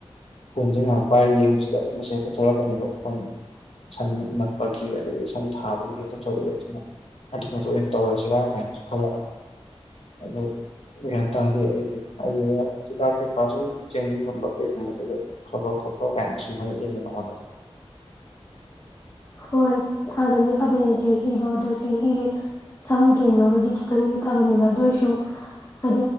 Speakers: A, on the left; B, on the left.
A: ꯐꯣꯟꯁꯦ ꯉꯥꯏꯍꯥꯛ ꯄꯥꯏꯔ ꯌꯦꯡꯕꯁꯤꯗ ꯑꯗꯨꯝ ꯃꯁꯤ ꯍꯦꯛꯇ ꯊꯣꯛꯂꯛꯀꯅꯤꯕ ꯐꯣꯟ ꯁꯝ ꯅꯛꯄꯒꯤ ꯑꯗꯒꯤ ꯁꯝ ꯊꯥꯕꯒꯤ ꯍꯦꯛꯇ ꯊꯣꯛꯂꯛꯑꯦ ꯑꯗꯨꯅ ꯑꯗꯨꯅ ꯃꯇꯨꯡ ꯑꯣꯏꯅ ꯇꯧꯔꯁꯤꯔꯥ ꯀꯥꯏꯅꯁꯨ ꯈꯜꯂꯛꯑꯕꯅꯤ ꯑꯗꯨ ꯒ꯭ꯌꯥꯟ ꯇꯥꯔꯗꯤ ꯑꯩꯒꯤ ꯑꯗꯨ ꯍꯤꯗꯥꯛ ꯀꯩꯀꯥ ꯁꯨꯝ ꯆꯦꯡꯍꯤꯒꯨꯝꯕ ꯀꯩꯒꯨꯝꯕꯗꯨꯗ ꯐꯕ ꯈꯣꯠꯄ ꯀꯥꯏꯅ ꯁꯨꯝ ꯍꯪꯉꯛꯏꯅꯦ ꯅꯉꯣꯟꯗ
B: ꯍꯣꯏ ꯐꯕꯅꯤ ꯐꯕꯅꯦꯆꯦ ꯍꯤꯔꯣ ꯑꯗꯨ ꯆꯦꯡꯍꯤꯁꯦ ꯁꯃꯨ ꯀꯦꯟꯕꯕꯨꯗꯤ ꯈꯤꯇꯪꯗꯤ ꯐꯕꯅꯦꯕ ꯑꯗꯨ ꯑꯣꯏꯔꯁꯨ ꯍꯥꯏ